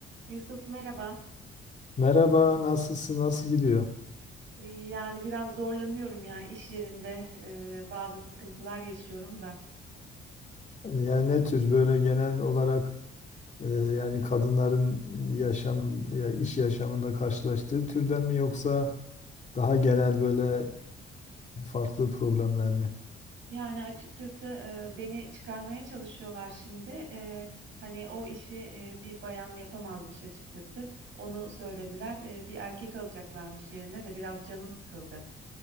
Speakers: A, on the right; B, on the left.
A: Yusuf merhaba.
B: Merhaba, nasılsın, nasıl gidiyor?
A: Ee, Yani biraz zorlanıyorum ya iş yerinde e, bazı sıkıntılar yaşıyorum da.
B: Yani ne tür böyle genel olarak e, yani kadınların yaşam, ya iş yaşamında karşılaştığı türden mi yoksa daha genel böyle farklı problemler mi?
A: Yani açıkçası e, beni çıkarmaya çalışıyorlar şimdi. E, hani o işi e, bir bayan yapamazmış açıkçası. Onu söylediler. E, bir erkek alacaklarmış yerine de biraz canım sıkıldı.